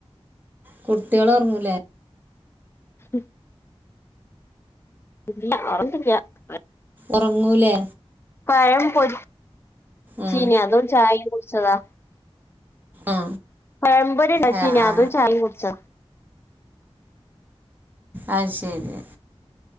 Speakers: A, on the right (about 20°); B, on the left (about 25°).
A: കുട്ടിള് ഉറങ്ങൂലേ?
B: ഉം <inaudible> വേറെത്തുല്ല
A: ഉറങ്ങൂലേ
B: പഴം പൊരി
A: ആ
B: ചീനി അതും ചായ കുടിച്ചതാ
A: ആ
B: പഴമ്പോരി ഉണ്ടാക്കിനി
A: ആ ആ
B: അതും ചായും കുടിച്ചത
A: അത് ശരി